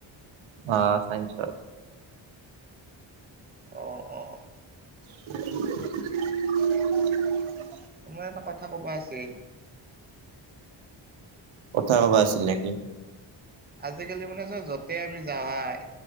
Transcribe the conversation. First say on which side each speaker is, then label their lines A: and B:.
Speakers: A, on the right; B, on the right.
A: অ, চাইঞ্চৰ।
B: অ অ
A: <unintelligible>
B: তোমাৰ এটা কথা কব আছিল।
A: কথা কব আছিল নেকি।
B: আজিকালি মানে চাও য'তে আমি যাৱাই,